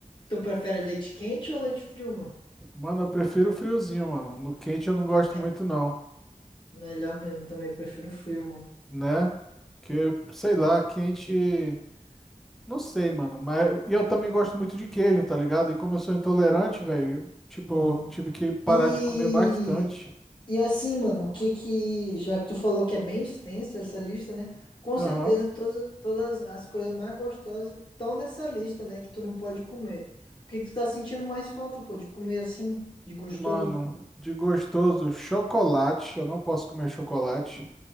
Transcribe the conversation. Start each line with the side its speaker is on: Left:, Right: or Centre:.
Left: tu prefere leite quente ou leite frio, mano?
Centre: Mano, eu prefiro o friozinho, mano. No quente eu não
Left: Ah,
Centre: gosto
Left: me-
Centre: muito, não,
Left: melhor mesmo, também prefiro frio, mano.
Centre: né? Porque, sei lá, quente. Não sei, mano. Mas e eu também gosto muito de queijo, tá ligado? E como eu sou intolerante, velho, eu, tipo,
Left: Uhum.
Centre: eu tive que parar
Left: E
Centre: de comer bastante.
Left: E assim, mano, o que que, já que tu falou que é bem extensa essa lista, né? Com
Centre: Aham.
Left: certeza todas, todas as coisas mais gostosas estão nessa lista, né? Que tu não pode comer. O que que tu tá sentindo mais falta, pô, de comer assim, de gostoso?
Centre: Mano, de gostoso, chocolate. Eu não posso comer chocolate.